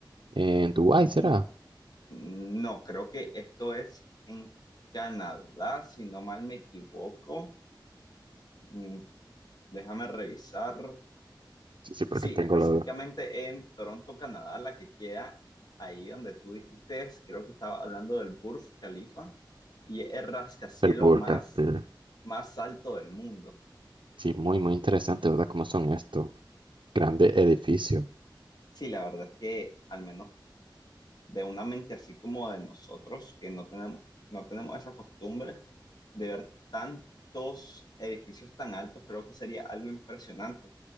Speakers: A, on the right; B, on the left.
A: en Dubái, ¿será?
B: Mm, No, creo que esto es en Canadá, si no mal me equivoco. Mm, Déjame revisar.
A: Sí, sí, porque
B: Sí,
A: tengo
B: específicamente
A: la,
B: en Toronto, Canadá, la que queda ahí donde tú dijiste, es- creo que estaba hablando del Burj Khalifa y es el rascacielo
A: el burka.
B: más,
A: pero
B: más alto del mundo.
A: Sí, muy, muy interesante, ¿verdad? ¿Cómo son estos grandes edificios?
B: Sí, la verdad es que al menos de una mente así como de nosotros, que no tenemos, no tenemos esa costumbre de ver tantos edificios tan altos, creo que sería algo impresionante.